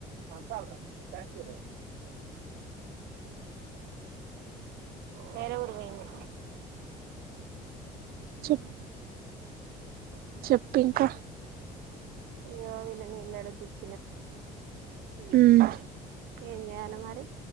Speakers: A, on the right; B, on the right.
A: ఆ లేవరుంద వేర ఊరు వెైంది
B: చెట్ చెప్ప ఇంక
A: ఇయ్యో ఈనే నీళ్లు అడుగుతే ఇచ్చి
B: ఉమ్
A: ఏ చేయాల మరి